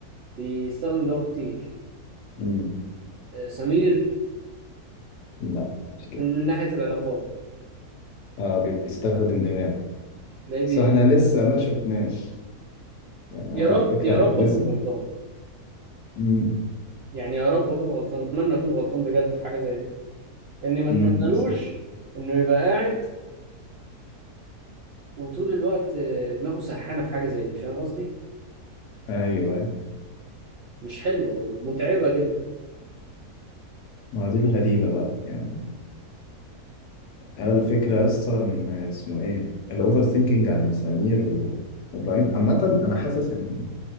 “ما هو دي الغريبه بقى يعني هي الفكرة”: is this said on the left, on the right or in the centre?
Left